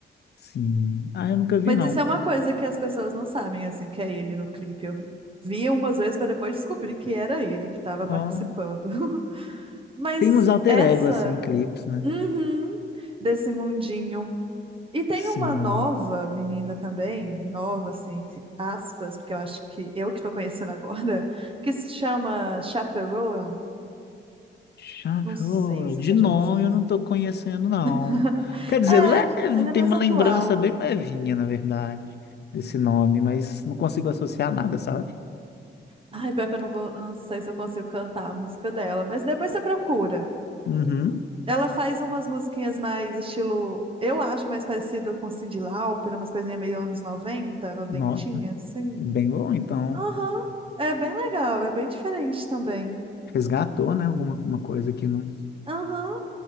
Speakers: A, on the left (about 60°); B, on the right (about 30°).
A: Sim. Ah, eu nunca vi,
B: Mas
A: não.
B: isso é uma coisa que as pessoas não sabem, assim, que é ele no clipe. Eu via umas vezes para depois descobrir que era ele que estava participando.
A: Ó,
B: <laughs> Mas
A: tem uns alter
B: essa,
A: ego, assim, em clipes, né?
B: uhum, desse mundinho. E tem
A: Sim.
B: uma nova menina também, nova, assim, entre aspas, porque eu acho que eu que tô conhecendo agora, <laughs> que se chama Chaperone.
A: Chacho,
B: Não sei se
A: De
B: você
A: nome
B: já ouviu falar.
A: eu não tô conhecendo, não.
B: <laughs>
A: Quer dizer,
B: É,
A: leve,
B: ela
A: tem
B: é mais
A: uma
B: atual.
A: lembrança bem levinha, na verdade, desse nome, mas não consigo associar nada, sabe?
B: Ai, pior que eu não vou, eu não sei se eu consigo cantar a música dela, mas depois você procura.
A: Uhum.
B: Ela faz umas musiquinhas mais estilo, eu acho mais parecido com Cyndi Lauper, umas coisinhas meio anos 90, noventinha,
A: Nossa,
B: assim.
A: bem bom, então.
B: Aham. É bem legal, é bem diferente também.
A: Resgatou, né? Alguma uma coisa que não,
B: Aham.